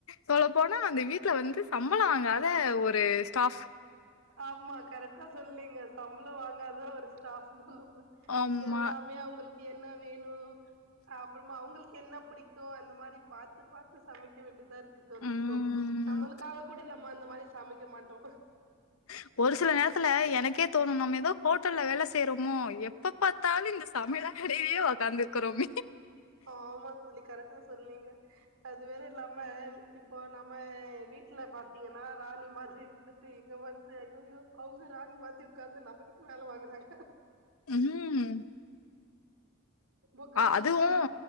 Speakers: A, on the left; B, on the right.
A: சொல்ல போனா அந்த வீட்ல வந்து சம்பளோ வாங்காத ஒரு ஸ்டாஃப்
B: ஆமா கரெக்டா சொல்லீங்க சம்பளோ வாங்காத ஒரு ஸ்டாஃப் <inaudible>
A: ஆமா
B: எல்லாமே அவங்களுக்கு என்ன வேணு அப்றமா அவுங்ளுக்கு என்ன பிடிக்கு அந்த மாரி பாத்து பாத்து சமைக்க வேண்டியதா இருக்கு க்கு தோழி
A: ம்
B: இப்போ நம்மளுக்காக கூட நம்ம அந்த மாரி சமைக்க மாட்டோ
A: ஹ ஒரு சில நேரத்துல எனக்கே தோணு நம்ம ஏதோ ஹோட்டல்ல வேலை செய்றோமோ எப்ப பாத்தாலு இந்த சமையல எடயயே உக்காந்துருக்கிறோம்
B: ஆமா தோழி கரட்டா சொன்னீங்க அது வேற நம்ம இப்போ நம்ம வீட்ல பாத்தீங்கனா ராணி மாதிரி இருந்துட்டு இங்க வந்து ஐயயோ அவுங்க ராணி மாதிரி உக்காந்து நம்மகிட்ட வேல வாங்குறாங்க
A: ம்
B: ரொம்ப கஷ்டோ
A: அதுவூ
B: தோழி